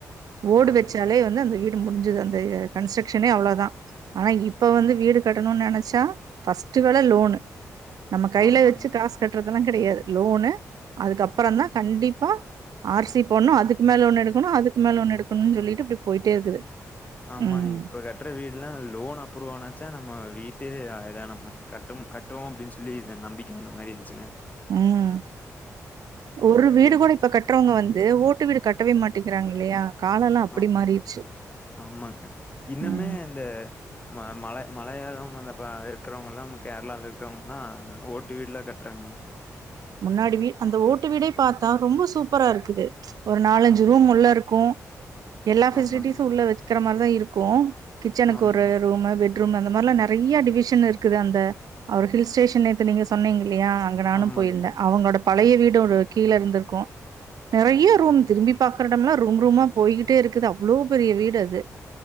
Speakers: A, on the right; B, on the left.
A: ஓடு
B: ஆமாங்க.
A: வச்சாலே வந்து அந்த வீடு முடிஞ்சது அந்த கன்ஸ்ட்ரக்ஷனே அவ்ளதா ஆனா இ ப்ப வந்து வீடு கட்டணுனு நெனைச்சா ஃப்ஸ்ட்டு வேல லோனு நம்ம கையில
B: ஆமாங்க.
A: வெச்சு காசு கட்றதெல்லா கெடையாது லோனு அதுக்கப்புற தா கண்டிப்பா ஆர் சி போனு அதுக்கு மேல ஒண்ணு எடுக்கணு அதுக்கு மேல ஒண்ணு எடுக்குனு சொல்லிட்டு இப்டி போயிட்டே இருக்குது
B: ஆமா
A: ம்
B: இப்ப க ட்ற வீடுல லோன் அப்ரூவ் ஆனாச்சா நம்ம வீட்டு அழகா நம்ம கட்டம் க ட்டுவோ அப்டின்னு சொல்லி நம்பிக்க வந்த மாரி இருந்துச்சுங்க
A: ம் ஒரு வீடு
B: எ
A: கூட இப்ப கட்டுறவங்க வந்து ஓட்டு வீடு கட்டவே மாட்டேங்கிறாங்க இல்லயா காலெல்லா அப்டி
B: ஆமா,
A: மாறிடுச்சு
B: ஆமாங்க இன்னுமே
A: ம்
B: அந்த ம மல மலயாளம் அந்தப்ப இருக்கிறவங்க எல்லா கேரளாலில இருக்கிறவங்க எல்லா ஓட்டு வீடுலா கட்டுறாங்க
A: முன்னாடி வீ அந்த ஓட்டு வீட பாத்தா ரொம்ப சூப்பரா இருக்குது ஒரு நாலஞ்சு
B: ஆமாங்க,
A: ரூம் உள்ள இருக்கு எல்லா பெஃசிலிட்டிஸும்
B: ஆமாங்க,
A: உள்ள வெக்கற மாரிதா இருக்கு கிச்சனுக்கு
B: ஆமாங்க,
A: ஒரு ரூமு பெட் ரூம் அந்த மாரெல்ல நெறைய டிவிஷன் இருக்குது அந்த அவரு ஹில் ஸ்டேஷன் நேத்து நீங்க சொன்னீங்க இல்லையா அங்க நானும்
B: ஆமாங்க,
A: அவங்களோட பழய வீடு ஒரு கீழே இருந்திருக்கு நெறைய ரூம் திரும்பி பாக்கற எடோம்ல்லா ரூம் ரூமா போயிகிட்டே இருக்குது அவ்ளோ பெரிய வீடு அது